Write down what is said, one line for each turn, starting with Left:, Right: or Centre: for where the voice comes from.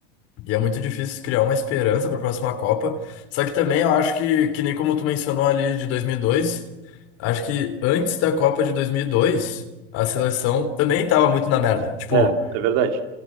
Left: e é muito difícil criar uma esperança pra próxima Copa. Só que também eu acho que, que nem como tu mencionou ali de 2002, acho que antes da Copa de 2002, a seleção também tava muito na merda. Tipo,
Right: é, é verdade.